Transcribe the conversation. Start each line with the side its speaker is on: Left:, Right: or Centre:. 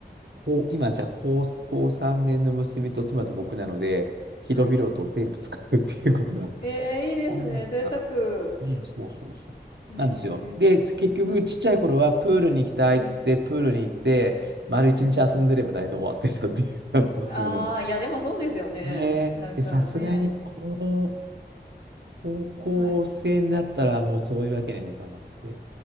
Right: こう、今じゃあ高、高3年の娘と妻と僕なので、広々と全部使うっていうことが
Left: はい、ええ、いいですね。
Right: 多いな。
Left: 贅沢。
Right: うん、そうそうそう。
Left: へ
Right: なんですよ。
Left: え。
Right: で、結局、
Left: はい、
Right: ちっちゃい頃は、プールに行きたいっつって、
Left: うん
Right: プールに行って、
Left: うん、うんうん。
Right: 丸一日遊んでれば大体終わってたっていう、
Left: はい、
Right: <laughs> あのその、
Left: ああ、いや、でもそうですよね。
Right: ねえ、
Left: なんかね。
Right: で、さすがに、こう、高校生になったら、
Left: はい、
Right: もうそういうわけにもいかなくて。
Left: はい、